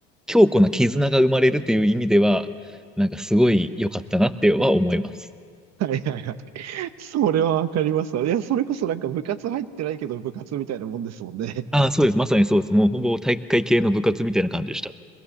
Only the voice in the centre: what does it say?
強固な絆が生まれるっていう意味では、なんかすごい良かったなっては思います。
ああ、そうです。まさにそうです。もうほぼ体育会系の部活みたいな感じでした。